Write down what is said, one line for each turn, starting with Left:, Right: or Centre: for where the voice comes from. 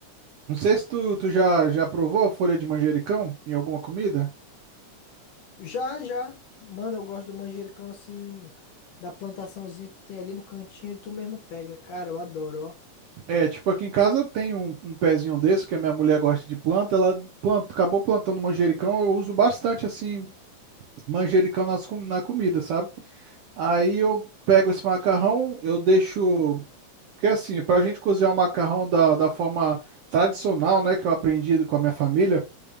Right: Não sei se tu, tu já, já provou a folha de manjericão em alguma comida?
Left: já, já. Mano, eu gosto do manjericão assim, da plantaçãozinha que tu tem ali no cantinho e tu mesmo pega. Cara, eu adoro, ó.
Right: É, tipo, aqui em casa tem um, um pezinho desse, que a minha mulher gosta de planta, ela planta, acabou plantando manjericão, eu uso bastante, assim, manjericão nas, com- na comida, sabe? Aí eu pego esse macarrão, eu deixo... Porque assim, pra gente cozinhar o macarrão da, da forma tradicional, né, que eu aprendi com a minha família,